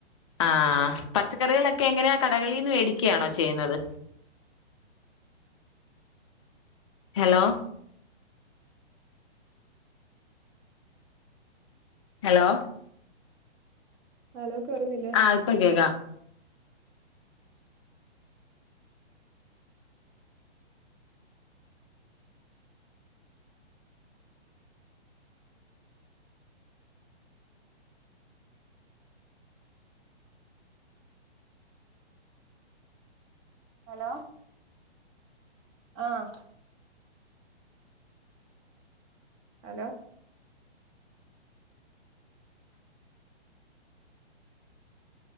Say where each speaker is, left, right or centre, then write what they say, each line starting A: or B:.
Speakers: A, on the left; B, on the right.
A: ആഹ പച്ചക്കറികളൊക്കെ എങ്ങനെയാ കടകളിന്ന് മേടിക്കുകയാണോ ചെയ്യുന്നത് ഹലോ ഹലോ
B: ഹലോ കേൾക്ക്ന്നില്ല
A: അത്പ്പ കേക്കാ
B: ഹലോ ആഹ് hello